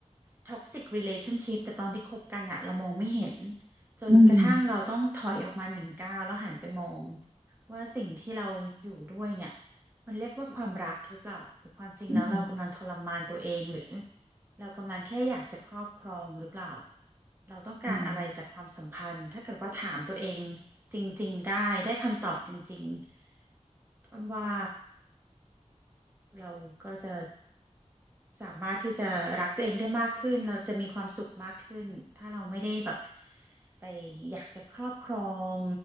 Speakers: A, on the right; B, on the right.
A: ท็อกซิก relationship แต่ตอนที่คบกันอะเรามองไม่เห็นจนกระทั่งเราต้องถอยออกมาหนึ่งก้าวแล้วหันไปมอง
B: อืม
A: ว่าสิ่งที่เราอยู่ด้วยเนี่ยมันเรียกว่าความรักหรือเปล่าหรือความจริงแล้วเรากำลังทรมานตัวเองหรือ
B: อืม
A: เรากำลังแค่อยากจะครอบครองหรือเปล่าเราต้องการอะไรจากความสัมพันธ์ถ้าเกิดว่าถามตัวเอง
B: อืม
A: จริงๆได้ได้คำตอบจริงๆอ้นว่าเราก็จะ สามารถที่จะรักตัวเองได้มากขึ้น เราจะมีความสุขมากขึ้น ถ้าเราไม่ได้แบบไปอยากจะครอบครอง